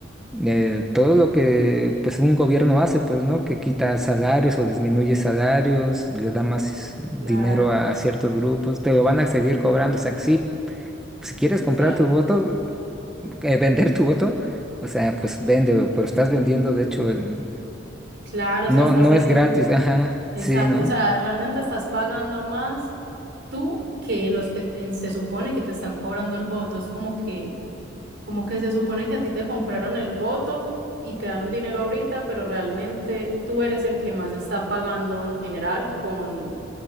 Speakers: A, in the centre; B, on the right (about 60°).
A: eh, todo lo que pues un gobierno hace, pues, ¿no? Que quita salarios o disminuye salarios, le da más dinero
B: Claro,
A: a, a ciertos grupos, te lo van a seguir cobrando. O sea, que sí, si quieres
B: exacto.
A: comprar tu voto, eh, vender tu voto, o sea, pues véndelo, pero estás vendiendo, de hecho, el...
B: Claro,
A: no,
B: o sea, estás
A: no
B: vendiendo.
A: es gratis, <laughs> ajá,
B: Exacto,
A: sí, ¿no?
B: o sea, realmente estás pagando más tú que los que en- se supone que te están cobrando el voto. Es como que, como que se supone que a ti te compraron el voto y te dan un dinero ahorita, pero realmente tú eres el que más está pagando en general con,